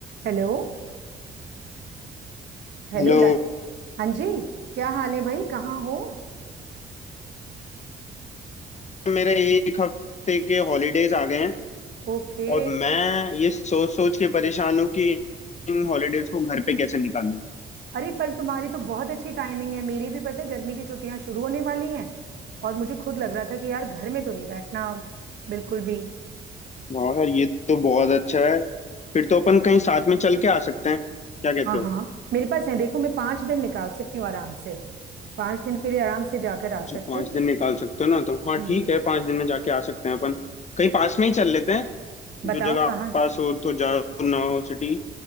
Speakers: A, on the right (about 60°); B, on the left (about 35°).
A: हेलो हेलो
B: Hello
A: ला हाँ जी क्या हाल है भाई कहाँ हो
B: मेरे एक हफ्ते के हॉलीडेज आ गए हैं
A: ओके
B: और मैं ये सोच सोच के परेशान हूँ कि इन हॉलीडेज को घर पे कैसे निकालूं
A: अरे पर तुम्हारी तो बहुत अच्छी टाइमिंग है मेरी भी पता है गर्मी की छुट्टियां शुरू होने वाली हैं और मुझे खुद लग रहा था कि यार घर में तो नहीं बैठना अब, बिल्कुल भी
B: वाह यार ये तो बहुत अच्छा है फिर तो अपन कहीं साथ में चल के आ सकते हैं क्या कहते
A: हाँ
B: हो
A: हाँ मेरे पास है देखो मैं पांच दिन निकाल सकती हूँ आराम से पांच दिन के लिए आराम से जाकर आ सकते
B: अच्छा पाँच
A: हैं।
B: दिन निकाल सकते हो ना तो हाँ
A: हम्म
B: ठीक है पाँच दिन में जाके आ सकते हैं अपन कहीं पास में ही चल लेते हैं
A: बताओ
B: जो जगह
A: कहाँ
B: पास हो तो ज्यादा ना हो सिटी